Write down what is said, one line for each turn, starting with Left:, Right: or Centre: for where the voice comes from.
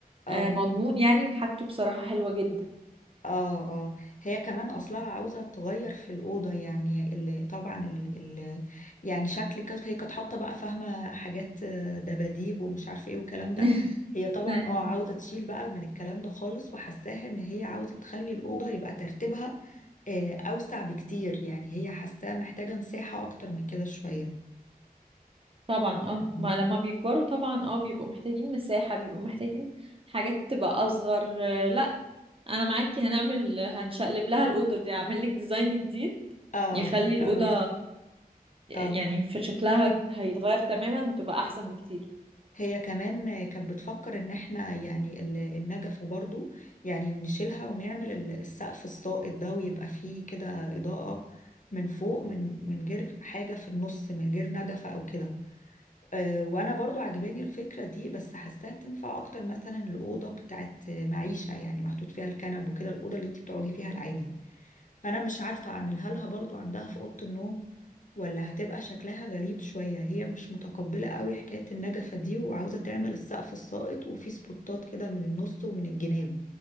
Left: اه
Right: آه، مضمون يعني وحاجته بصراحة حلوة جدا
Left: اه اه هي كمان اصلها عاوزه تغير في الاوضه يعني اللي طبعا ال ال يعني شكل كده هي كانت حاطه بقى فاهمه حاجات آه، دباديب ومش عارفه ايه والكلام ده
Right: <laughs>
Left: هي طبعا
Right: أي.
Left: اه عاوزه تشيل بقى من الكلام ده خالص وحساها ان هي عاوزه تخلي الاوضه يبقى ترتيبها آه، اوسع بكتير يعني هي حاساها محتاجه مساحه اكتر من كده شويه
Right: طبعا اه
Left: فاهماني؟
Right: ما لما بيكبروا طبعا اه بيبقوا محتاجين مساحة بيبقوا محتاجين حاجات تبقى اصغر آه، لا انا معاكي هنعمل هنشقلب لها الأوضة دي هعمل لك ديزاين جديد
Left: اه
Right: يخلي الأوضة
Left: اه
Right: يعني
Left: اه
Right: في شكلها هيتغير تماما هتبقى احسن بكتير
Left: هي كمان كانت بتفكر ان احنا يعني ال- النجفة برضو يعني نشيلها ونعمل ال- السقف الساقط ده ويبقى فيه كده إضاءة من فوق من من غير حاجة في النص من غير نجفة او كده أه وانا برضو عجباني الفكرة دي بس حاساها تنفع اكتر مثلا لأوضة بتاعت معيشة يعني محطوط فيها الكنب وكده الأوضة اللي انت بتقعدي فيها العادي فانا مش عارفة اعملها لها برضو عندها في اوضة النوم ولا هتبقى شكلها غريب شوية هي مش متقبلة قوي حكاية النجفة دي وعاوزة تعمل السقف الساقط وفيه سبوتات كده من النص ومن الجناب